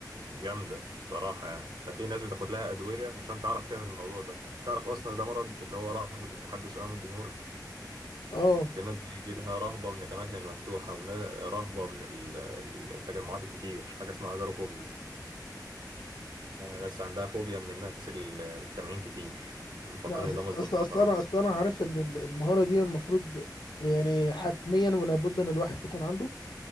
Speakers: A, on the right; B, on the left.
A: جامدة الصراحة يعني ده في ناس بتاخد لها أدوية عشان تعرف تعمل الموضوع ده تعرف أصلا ده مرض اللي هو رهبة التحدث أمام الجمهور
B: أه
A: في ناس بيجي لها رهبة من الأماكن المفتوحة ورهبة من ال- التجمعات الكتير حاجة اسمها أجاروفوبيا ناس عندها فوبيا من الناس المجتمعين كتير مفكرين
B: لا أص-
A: ان ده مصدر
B: أصل
A: خطر
B: أصل أنا
A: والتهديد
B: أصل أنا عارف إن ال- المهارة دي المفروض يعني حتميا ولا بد إن الواحد تكون عنده